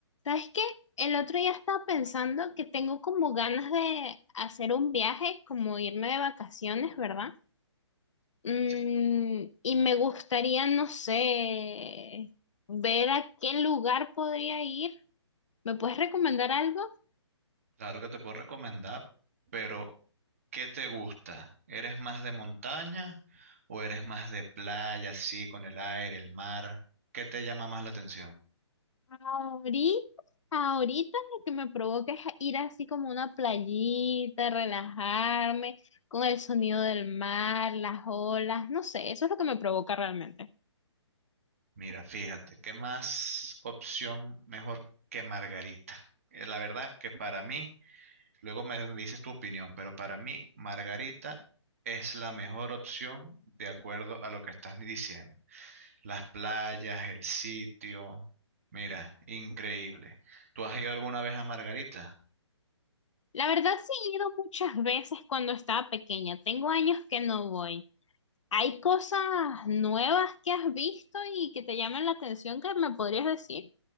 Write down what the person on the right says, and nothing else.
Sí,
Claro que te puedo recomendar, pero ¿qué te gusta? ¿Eres más de montaña o eres más de playa, así, con el aire, el mar? ¿Qué te llama más la atención?
Mira, fíjate, ¿qué más opción mejor que Margarita? Eh, La verdad que para mí, luego me dices tu opinión, pero para mí Margarita es la mejor opción de acuerdo a lo que estás diciendo. Las playas, el sitio. Mira, increíble. ¿Tú has ido alguna vez a Margarita?